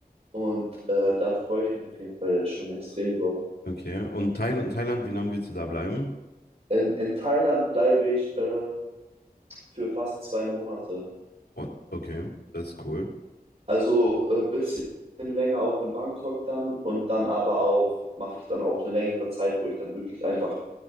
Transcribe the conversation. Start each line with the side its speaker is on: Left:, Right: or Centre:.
Right: Und äh, da freue ich mich auf jeden Fall schon extrem drauf.
Left: Okay. Und Thailand, Thailand, wie lange willst du da bleiben?
Right: In, in Thailand bleibe ich äh, für fast zwei Monate.
Left: Und okay, das ist cool.
Right: Also ein äh, bisschen länger auch in Bangkok dann und dann aber auch, mache ich dann auch eine längere Zeit, wo ich dann wirklich einfach,